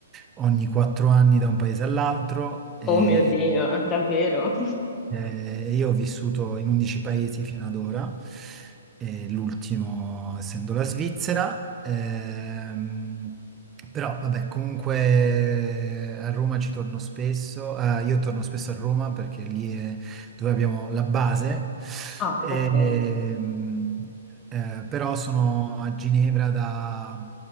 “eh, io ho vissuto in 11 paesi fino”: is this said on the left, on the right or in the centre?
Right